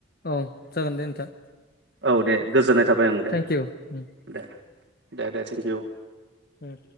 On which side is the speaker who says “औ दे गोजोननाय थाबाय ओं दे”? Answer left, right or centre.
Right